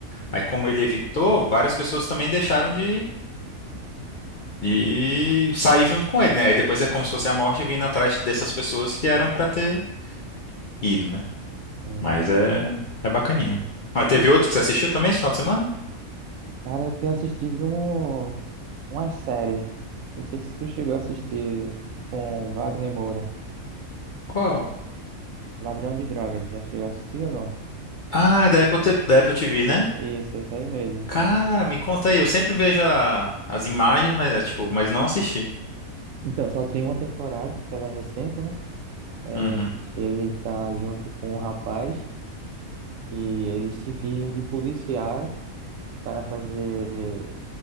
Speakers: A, on the left (about 55°); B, on the right (about 75°).
A: Aí, como ele evitou, várias pessoas também deixaram de, de sair junto com ele, né? Aí depois é como se fosse a morte vindo atrás dessas pessoas que eram pra ter ido, né?
B: Hum.
A: Mas é, é bacaninha. Aí teve
B: E,
A: outro que você assistiu também esse final de semana?
B: Cara, eu tenho assistido um, uma série. Não sei se tu chegou a assistir com Wagner Moura,
A: Qual?
B: Ladrão de Drogas. Já chegou a assistir ou não?
A: Ah, é da Apple, T- da Apple TV, né?
B: Isso, isso aí mesmo.
A: Cara, me conta aí. Eu sempre vejo a- as imagens, mas é tipo, mas não assisti.
B: Então, só tem uma temporada, que ela é recente, né? É,
A: Uhum.
B: ele tá junto com um rapaz e eles se fingem de policiais para fazer